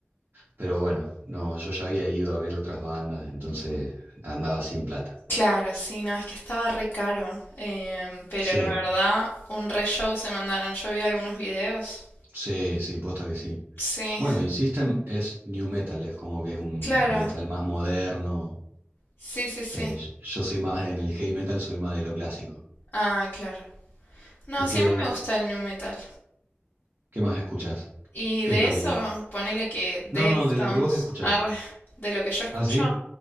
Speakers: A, on the right (about 55°); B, on the left (about 50°).
A: Pero bueno, no, yo ya había ido a ver otras bandas, entonces andaba sin plata.
B: claro, sí, no, es que estaba re caro, em, pero
A: Sí,
B: la verdad, un re show se mandaron, yo vi algunos videos.
A: sí, sí, posta que sí.
B: Sí,
A: Bueno, y System es new metal, es como que es un
B: claro,
A: metal más moderno.
B: sí, sí, sí.
A: Eh, yo soy más en el heavy metal, soy más de lo clásico.
B: Ah, claro. No,
A: ¿Y
B: sí,
A: qué,
B: a mí me gusta el new metal.
A: qué más escuchás?
B: Y
A: ¿Qué
B: de
A: es lo
B: eso,
A: que...?
B: ponele que Deftones,
A: No, no, de lo que vos escuchás.
B: arre, de lo que yo escucho,
A: ¿Ah, sí?